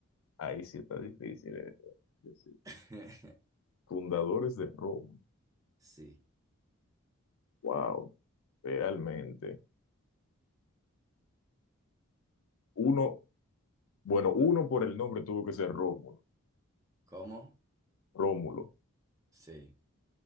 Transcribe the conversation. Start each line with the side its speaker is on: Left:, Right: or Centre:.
Left: ahí sí está difícil eso. Es decir,
Right: <laughs>
Left: Fundadores de Roma.
Right: Sí.
Left: Wow. Realmente. Uno, bueno, uno por el nombre tuvo que ser Rómulo.
Right: ¿Cómo?
Left: Rómulo.
Right: Sí.